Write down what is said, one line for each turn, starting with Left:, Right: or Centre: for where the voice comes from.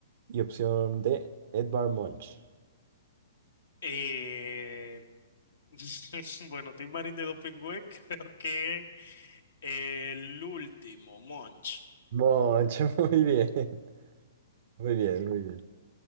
Right: Y opción D, Edvard Munch.
Left: Eh, <laughs> Bueno, Tim Marín de Dopingüe, <laughs> creo que el último, Monch.
Right: Munch, <laughs> muy bien. Muy bien, muy bien.